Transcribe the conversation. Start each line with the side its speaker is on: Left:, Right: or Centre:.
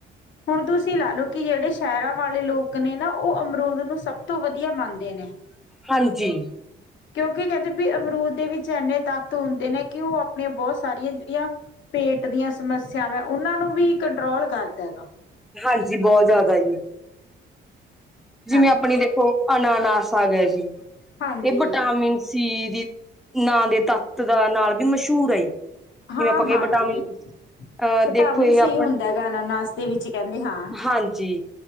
Left: ਹੁਣ ਤੁਸੀਂ ਲਾ ਲਓ ਕਿ ਜੇੜੇ ਸੈ਼ਰਾ ਵਾਲੇ ਲੋਕ ਨੇ ਨਾ ਓ ਅਮਰੂਦ ਨੂੰ ਸਭ ਤੋਂ ਵਧੀਆ ਮੰਨਦੇ ਨੇ।
Centre: ਹਾਂਜੀ।
Left: ਕਿਉਂਕਿ ਕੈਂਦੇ ਵੀ ਅਮਰੂਦ ਦੇ ਵਿੱਚ ਏਨੇ ਤੱਤ ਹੁੰਦੇ ਨੇ ਕਿ ਓ ਆਪਣੀਆਂ ਬੋਤ ਸਾਰੀਆਂ ਜਿੜੀਆਂ ਪੇਟ ਦੀਆਂ ਸਮੱਸਿਆਵਾਂ ਓਨਾਂ ਨੂੰ ਵੀ ਕੰਟਰੋਲ ਕਰਦਾ ਹੈਗਾ।
Centre: ਹਾਂਜੀ ਬੋਤ ਜਾਦਾ ਜੀ। ਜਿਵੇਂ
Left: ਹਾਂਜੀ
Centre: ਅਪਣੀ ਦੇਖੋ ਅਨਾਨਸ ਆ ਗਿਆ ਜੀ।
Left: ਹਾਂਜੀ
Centre: ਗ ਵਿਟਾਮਿਨ ਸੀ ਦੀ ਨਾਂ ਦੇ ਤਾਤ ਦਾ ਨਾਲ ਵੀ ਮਸ਼ਹੂਰ ਆਈ। ਜਿਵੇਂ
Left: ਹਾਂ
Centre: ਆਪਾਂਗੇ
Left: ਹਾਂਜੀ
Centre: ਬਟਾਮਿਨ ਅਹ
Left: ਵਿਟਾਮਿਨ
Centre: ਦੇਖੋ ਏ
Left: ਸੀ
Centre: ਆਪਣ,
Left: ਹੁੰਦਾ ਹੈਗਾ ਅਨਾਨਾਸ ਦੇ ਵਿੱਚ ਕਹਿੰਦੇ ਹਾਂ।
Centre: ਹਾਂਜੀ।